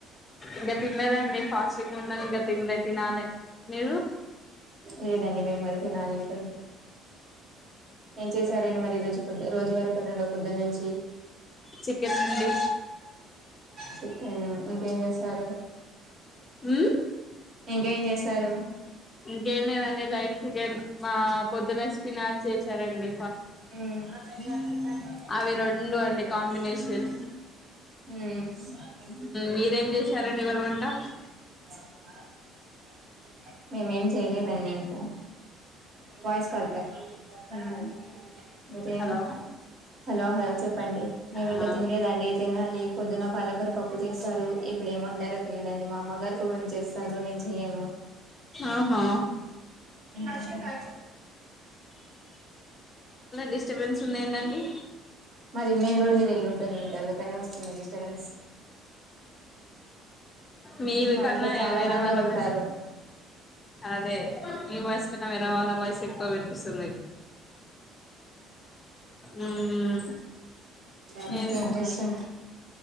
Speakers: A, on the left; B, on the right.
A: ఇంకా తిన్లేదండీ ఫాస్టింగ్ ఉన్ నంగా తిన్లె తినాలే మీరు
B: లేదండి మేము పెడితే నానిక ఏం చేశారండి మరి ఈ రోజు కొద్ రోజువారి పనుల్లో పొద్దనుంచి
A: చికెన్ అండి
B: చికెన్ ఇంకేం చేస్తారు
A: ఉమ్
B: ఇంకా ఏం చేసారు
A: ఇంకేం లేదండి లైట్ చికెన్ మా పొద్దున్న చిన చేశారండి
B: ఉమ్
A: అవి రెండు అండి కాంబినేషన్
B: ఉమ్
A: మీరేం చేశారండి ఇవాళ వంట
B: మేమేం చేయలేదండి ఇంకా వా యిస్ కాల్క ఉమ్ అదే
A: హలో
B: హలో హలో చెప్పండి మేము ఇంకా
A: ఆ
B: తినలేదండి తినాలి పొద్దున్న పాలకూర పప్పు చేస్తారు ఇప్పుడు ఏం వండారో తెలియదండి మా అమ్మగారుం చేస్తారు నేను చెయ్యను
A: ఆహా
B: అష కా
A: డిస్టబెన్స్ ఉంది ఏందండి
B: మాది మెయిన్ రోడ్ మీద వెళ్ళలుంటుంది అంట అందుకనే వస్తుంది డిస్టర్బెన్స్
A: మీ
B: మా
A: కన్నా
B: ఇంట్లో చాలా
A: వేరే
B: మంది
A: వాళ్ళ
B: ఉంటారు
A: వాయస్ అదే మీ వాయిస్ కన్నా వేరే వాళ్ళ వాయిస్ ఎక్కువ వినిపిస్తుంది ఉమ్
B: ఇంకేం
A: ఏం
B: చేస్తునావ్